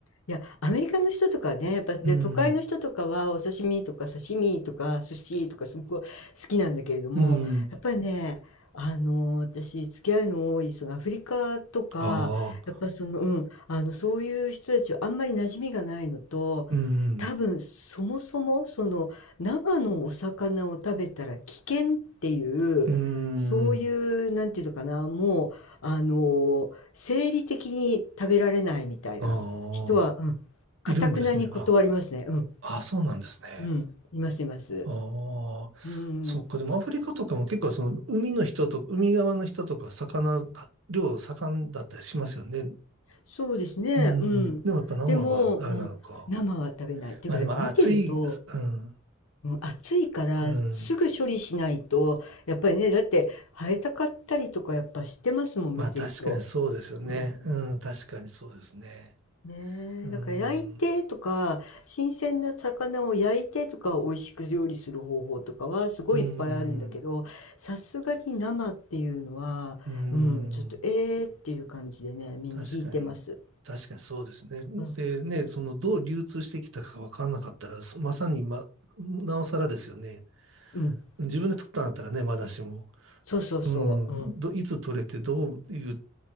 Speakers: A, on the left; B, on the right.
A: いや、アメリカの人とかね、やっぱ、で、
B: うん、
A: 都会の人とかは、お刺身とか刺身とか寿司とかすっごい好きなんだけれども、
B: うん、
A: やっぱりね、あの、私、付き合いの多い、そのアフリカとか、
B: ああ、
A: やっぱその、うん、あの、そういう人たちはあんまり馴染みがないのと、
B: うん、
A: 多分、そもそも、その、生のお魚を食べたら危険っていう、
B: うん、
A: そういう、なんていうのかな、もう、あの、生理的に食べられないみたいな。
B: ああ、
A: 人は、うん、頑なに断りますね。
B: いるんですね。あ、
A: うん、
B: あ、そうなんですね。
A: うん、いますいます。
B: ああ、
A: うん、
B: そっか。でもアフリカとかも結構その海の人と、海側の人とか魚、量盛んだったりしますよね。
A: そうですね、
B: うん。
A: うん。
B: でもやっぱ生はあれなのか。
A: でも、うん、生は食べない。っていうか、
B: まあでも暑い、
A: なんか見てると、
B: うん、
A: うん、熱いからすぐ処理しないと、
B: うん。
A: やっぱりね、だって生えたかったりとかやっぱしてますもん、
B: まあ確かにそうですよね。
A: 見てると。うん。
B: うん、確かにそうですね。
A: ねえ、
B: うん、
A: だから焼いてとか、新鮮な魚を焼いてとか、美味しく料理する方法とかはすごいいっぱいあるんだけど、
B: うん、
A: さすがに生っていうのは、
B: うん、
A: うん、ちょっとえーっていう感じでね、みんな引いてます。
B: 確かに、確かにそうですね。
A: うん、
B: でね、そのどう流通してきたか分かんなかったら、まさに、ま、なおさらですよね。
A: うん、
B: 自分で取ったんだったらね、まだしも。
A: そうそうそう、
B: うん、
A: うん、
B: ど、いつ取れてどういう